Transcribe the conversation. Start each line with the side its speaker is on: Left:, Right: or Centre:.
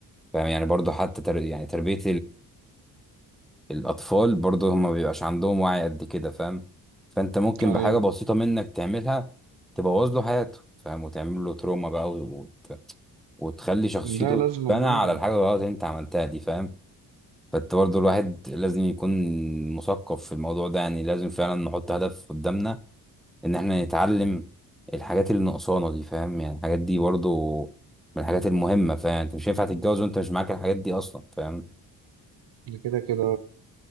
Centre: فاهم يعني برضه حتى تر... يعني تربية الأطفال برضه هما مبيبقاش عندهم وعي قد كده فاهم فأنت ممكن
Right: ايوه
Centre: بحاجة بسيطة منك تعملها تبوظ له حياته فاهم وتعمل له تروما بقى وت... وتخلي شخصيته
Right: ده لازم
Centre: تتبنى
Right: آه.
Centre: على الحاجة الغلط اللي أنت عملتها دي فاهم فأنت برضه الواحد لازم يكون مثقف في الموضوع ده يعني لازم فعلا نحط هدف قدامنا إن إحنا نتعلم الحاجات اللي ناقصانا دي فاهم يعني الحاجات دي برضه من الحاجات المهمة فاهم يعني أنت مش هينفع تتجوز وأنت مش معاك الحاجات دي أصلا فاهم
Right: ده كده كده